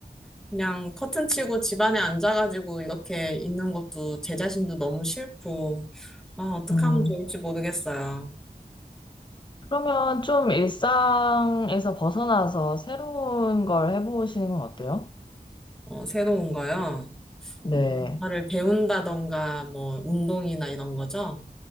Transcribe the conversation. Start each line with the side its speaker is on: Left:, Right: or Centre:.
Centre: 그냥 커튼 치고 집안에 앉아가지고 이렇게 있는 것도 제 자신도 너무 싫고 아, 어떻게
Left: 음.
Centre: 하면 좋을지 모르겠어요.
Left: 그러면 좀 일상에서 벗어나서 새로운 걸 해보시는 건 어때요?
Centre: 어, 새로운 거요.
Left: 네.
Centre: 뭔가를 배운다던가 뭐 운동이나 이런 거죠.